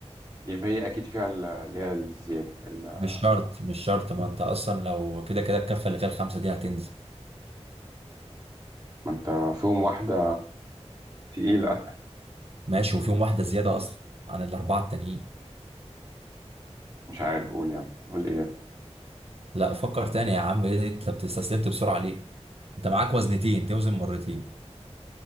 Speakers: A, on the right; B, on the right.
A: يبقى هي اكيد فيها ال- اللي هي الزياده ال-
B: مش شرط مش شرط ما انت اصلا لو كده كده الكفه اللي فيها الخمسه دي هتنزل
A: ما انت فيهم واحده تقيله اتقل
B: ماشي وفيهم واحده زياده اصلا عن الاربعه التانيين
A: مش عارف اقول يعني قول الاجابه
B: لا فكر تاني يا عم إيه انت بتستسلمت بسرعة ليه انت معاك وزنتين توزن مرتين